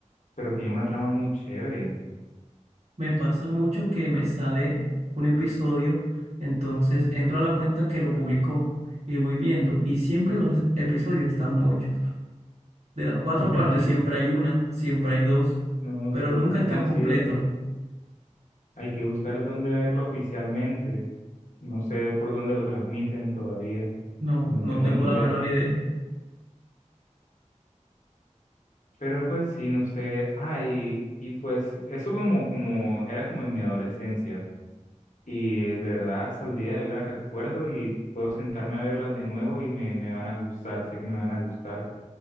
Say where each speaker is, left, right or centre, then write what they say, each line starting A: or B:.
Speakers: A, on the left (about 80°); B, on the right (about 55°).
A: pero tiene una trama muy chévere.
B: Me pasa mucho que me sale un episodio, entonces entro a la cuenta que lo publicó y voy viendo, y siempre los episodios están muchos. De las cuatro
A: <laughs>
B: partes siempre hay una, siempre hay dos,
A: No,
B: pero
A: sí,
B: nunca están
A: no,
B: completos.
A: sí, hay que, hay que buscar dónde verlo oficialmente. No sé por dónde lo transmiten todavía,
B: No,
A: no
B: no
A: tengo
B: tengo
A: ni idea.
B: la menor idea.
A: Pero pues sí, no sé, ay, y, y pues eso como, como, era como en mi adolescencia. Y de verdad, hasta el día de hoy las recuerdo y puedo sentarme a verlas de nuevo y me, me van a gustar, sé que me van a gustar.